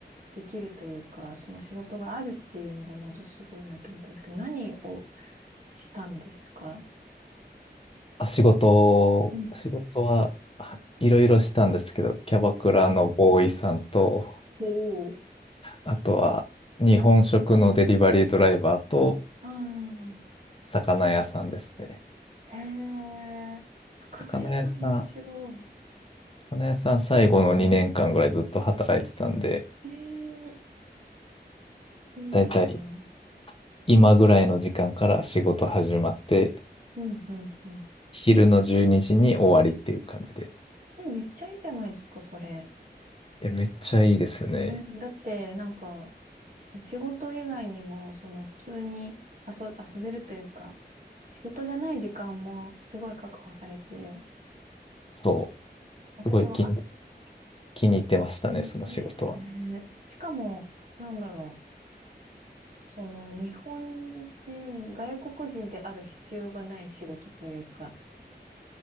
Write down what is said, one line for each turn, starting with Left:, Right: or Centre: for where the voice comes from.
Right: できるというか、その仕事があるっていうのがまずすごいなと思ったんですけど、何をしたんですか
Left: あ、仕事、
Right: うん。
Left: 仕事は、はいろいろしたんですけど、キャバクラのボーイさんと、
Right: おお。
Left: あとは日本食のデリバリードライバーと、
Right: ああ、
Left: 魚屋さんですね。
Right: へえ、魚屋さん面白
Left: 魚屋さん、魚屋さん最後の2年間ぐらいずっと働いてたんで、
Right: い。へえ、いいですね。
Left: だいたい今ぐらいの時間から仕事始まって、
Right: うん、うん、うん。
Left: 昼の12時にじに終わりっていう感じで。
Right: それめっちゃいいじゃないですか、それ。
Left: いや、めっちゃいいですよね。
Right: うん、だって、なんか、仕事以外にも、その、普通に遊、遊べるというか、仕事じゃない時間もすごい確保されて、
Left: そう。
Right: 私も、
Left: すごい気に、
Right: あ、
Left: 気に入ってましたね、その仕事は。
Right: いいですね。しかも、なんだろう、その、日本人、外国人である必要がない仕事というか、